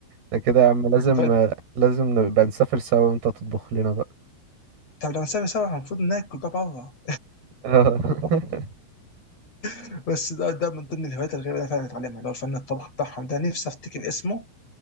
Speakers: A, on the right; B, on the left.
A: ده كده يا عم لازم
B: ف
A: لازم نبقى نسافر سوا وانت تطبخ لنا بقى
B: طب لما نسافر سوا المفروض ناكل بقى بره
A: آه. <laughs>
B: <laughs> بس ده ده من ضمن الهوايات الغريبه اللي انا فعلا اتعلمها اللي هو الفن الطبخ بتاعهم ده نفسي افتكر اسمه